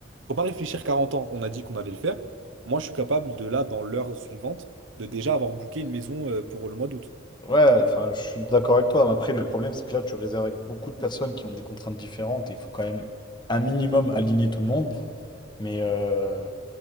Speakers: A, on the right (about 85°); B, on the left (about 25°).
A: Faut pas réfléchir 40 ans. On a dit qu'on allait le faire. Moi, je suis capable de là, dans l'heure suivante, de déjà avoir booké une maison euh, pour le mois d'août.
B: Ouais, enfin,
A: Tu vois.
B: je suis d'accord avec toi, mais après, le problème, c'est que là, tu réserves avec beaucoup de personnes qui ont des contraintes différentes et il faut quand même un minimum aligner tout le monde. Mais, euh,